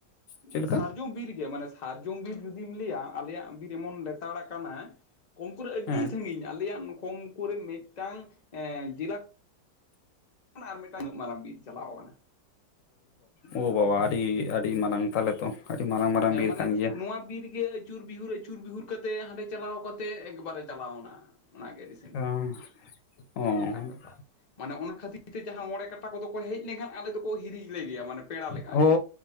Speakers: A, on the left; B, on the left.
A: ᱪᱮᱫ ᱞᱮᱠᱟ
B: ᱥᱟᱨᱡᱚᱢ ᱵᱤᱨ ᱜᱮ ᱢᱟᱱᱮ ᱥᱟᱨᱡᱚᱢ ᱵᱤᱨ ᱡᱩᱫᱤᱢ ᱞᱟᱹᱭᱟ ᱟᱞᱮᱭᱟᱜ ᱵᱤᱨ ᱮᱢᱚᱱ ᱞᱮᱛᱟᱲ ᱠᱟᱱᱟ ᱠᱚᱢ ᱠᱚᱨᱮ ᱟᱹᱰᱤ
A: ᱦᱮᱸ
B: ᱥᱟᱺᱜᱤᱧ ᱟᱞᱮᱭᱟᱜ ᱠᱚᱢ ᱠᱚᱨᱮ ᱢᱤᱫᱴᱟᱝ ᱡᱮᱞᱟ ᱟᱨ ᱢᱤᱫᱴᱟᱝ ᱩᱱᱟᱜ ᱢᱟᱨᱟᱝ ᱵᱤᱨ ᱪᱟᱞᱟᱣ ᱠᱟᱱᱟ
A: ᱳ <unintelligible> ᱵᱟᱵᱟ ᱨᱮ ᱟᱹᱰᱤ ᱢᱟᱨᱟᱝ ᱛᱟᱦᱞᱮ ᱛᱚ ᱟᱹᱰᱤ ᱢᱟᱨᱟᱝ ᱢᱟᱨᱟᱝ
B: ᱦᱮᱸ
A: ᱵᱤᱨ
B: ᱢᱟᱱᱮ
A: ᱠᱟᱱ ᱜᱮᱭᱟ
B: ᱱᱚᱣᱟ ᱵᱤᱨ ᱜᱮ ᱟᱹᱪᱩᱨ ᱵᱤᱦᱩᱨ ᱟᱹᱪᱩᱨ ᱵᱤᱦᱩᱨ ᱠᱟᱛᱮ ᱦᱟᱸᱰᱮ ᱪᱟᱞᱟᱣ ᱠᱟᱛᱮ ᱮᱠᱵᱟᱨᱮ ᱪᱟᱞᱟᱣᱱᱟ ᱚᱱᱟᱜᱮ
A: ᱚ
B: ᱥᱟᱺᱜᱤᱧ
A: ᱚ
B: ᱚᱱᱠᱟᱱ ᱵᱮᱯᱟᱨ ᱢᱟᱱᱮ ᱚᱱᱟ ᱠᱷᱟᱹᱛᱤᱨ ᱛᱮ ᱡᱟᱦᱟᱸ ᱢᱚᱬᱮ ᱠᱟᱴᱟ ᱠᱚᱫᱚ ᱠᱚ ᱦᱮᱡ ᱞᱮᱱᱠᱷᱟᱱ ᱟᱞᱮ ᱫᱚᱠᱚ ᱦᱤᱨᱤᱡ ᱞᱮᱜᱮᱭᱟ ᱢᱟᱱᱮ ᱯᱮᱲᱟ ᱞᱮᱠᱟᱜᱮ
A: ᱚ